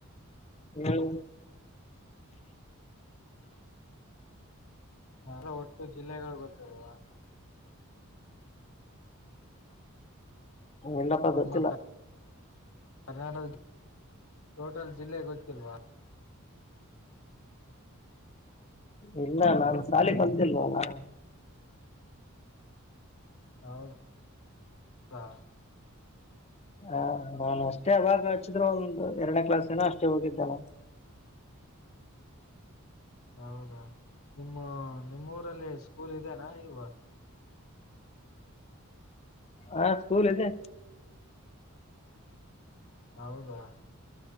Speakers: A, on the left; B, on the left.
A: ಹೇಳು
B: ಹ ಒಟ್ಟು ಜಿಲ್ಲೆಗಳು ಗೊತ್ತದವ
A: ಏನಪ್ಪಾ
B: ನಮ್ಮ
A: ಗೊತ್ತಿಲ್ಲ
B: ಕರ್ನಾಟಕದ ಟೋಟಲ್ ಜಿಲ್ಲೆ ಗೊತ್ತಿಲ್ವಾ
A: ಇಲ್ಲ ನಾನು ಶಾಲಿ ಕಲಿತಲಿವಾಲ್
B: ಹೌ ಹೌದಾ <inaudible>
A: ಹ ನಾನ ಅಷ್ಟೇ ಅವಾಗ ಹಚ್ಚಿದ್ರು ಒಂದು ಎರಡನೇ ಕ್ಲಾಸನ ಅಷ್ಟೇ ಹೋಗಿದ್ದೆನೆ
B: <inaudible> ಹೌದಾ ನಿಮ್ಮ ನಿಮ್ಮೂಊರಲ್ಲಿ ಸ್ಕೂಲ್ ಇದೆನಾ ಇಲ್ವಾ
A: ಹಾ ಸ್ಕೂಲ್ ಇದೆ
B: ಹೌದಾ